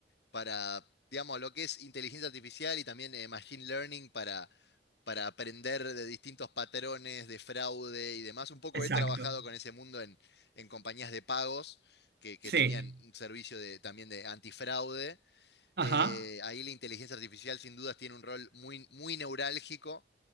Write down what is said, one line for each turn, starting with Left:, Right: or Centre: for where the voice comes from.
Left: para, digamos, lo que es inteligencia artificial y también eh, machine learning para aprender de distintos patrones de fraude y demás. Un poco
Right: Exacto.
Left: he trabajado con ese mundo en, en compañías de pagos que, que
Right: Sí.
Left: tenían un servicio de, también de antifraude
Right: Ajá.
Left: eh, ahí la inteligencia artificial sin dudas tiene un rol muy, muy neurálgico